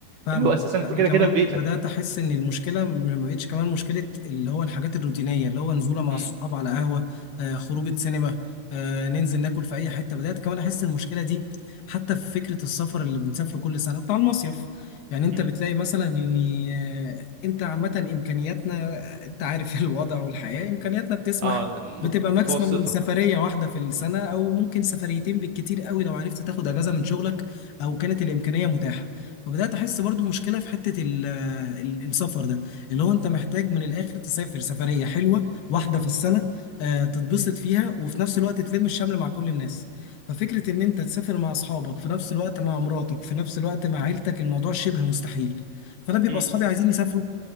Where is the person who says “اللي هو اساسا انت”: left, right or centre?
Right